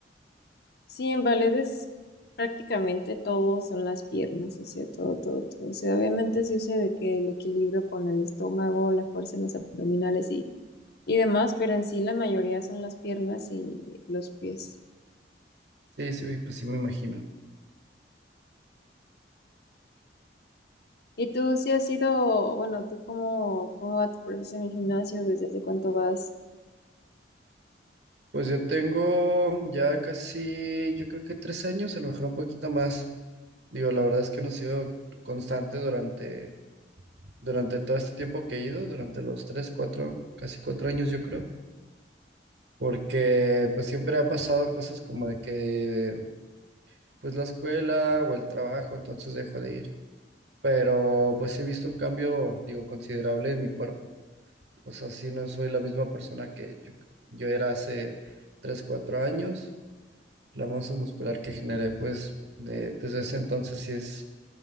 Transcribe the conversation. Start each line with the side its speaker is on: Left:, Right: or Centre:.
Left: Sí, en ballet es prácticamente todo son las piernas, o sea, todo, todo, todo. O sea, obviamente sí sé de que el equilibrio con el estómago, la fuerza en los abdominales y, y demás, pero en sí la mayoría son las piernas y los pies.
Right: Sí, sí, pues sí me imagino.
Left: ¿Y tú sí has ido, bueno, tú cómo, cómo va tu proceso en el gimnasio? ¿Desde hace cuánto vas?
Right: Pues yo tengo ya casi, yo creo que tres años, a lo mejor un poquito más. Digo, la verdad es que no he sido constante durante durante todo este tiempo que he ido, durante los tres, cuatro, casi cuatro años yo creo, porque pues siempre ha pasado cosas como de que pues la escuela o el trabajo, entonces dejo de ir, pero pues sí he visto un cambio, digo, considerable en mi cuerpo, o sea, sí no soy la misma persona que yo, yo era hace tres, cuatro años, la masa muscular que generé pues de- desde ese entonces sí es,